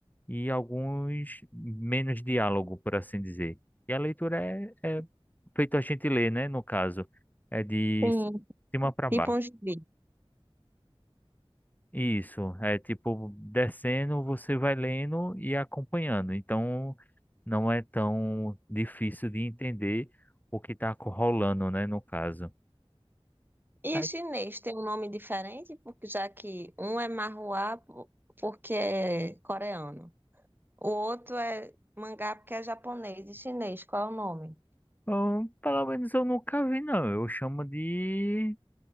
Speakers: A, on the left; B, on the right.
A: e alguns menos diálogo, por assim dizer. E a leitura é, é feito a gente ler, né? No caso, é de
B: Sim.
A: cima para
B: Tipo
A: baixo.
B: um gibi.
A: Isso, é tipo descendo, você vai lendo e acompanhando. Então não é tão difícil de entender o que está rolando, né, no caso.
B: E
A: Aí,
B: o chinês tem um nome diferente, porque já que um é marruá porque é coreano. O outro é mangá porque é japonês e chinês. Qual é o nome?
A: bom, pelo menos eu nunca vi, não. Eu chamo de.